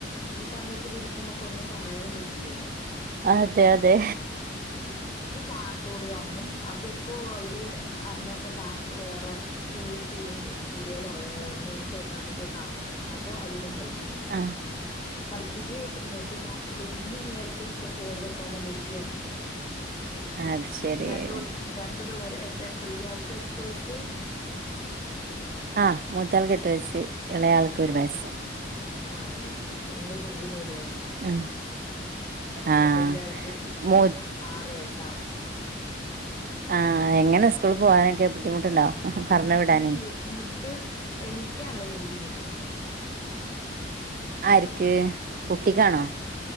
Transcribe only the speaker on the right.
അതെ അതെ
ആഹ്
അത് ശരി
ആ മൂത്താൾക്ക് എട്ട് വയസ്സ് എളയാൾക്ക് ഒരു വയസ്സ്.
ഉം ആഹ്
മൂ
ആഹ് എങ്ങനെ സ്കൂളി പോവാനൊക്കെ ബുദ്ധിമുട്ടുണ്ടോ? പറഞ്ഞു വിടാനേ
ആര്ക്ക് കുട്ടിക്കാണോ?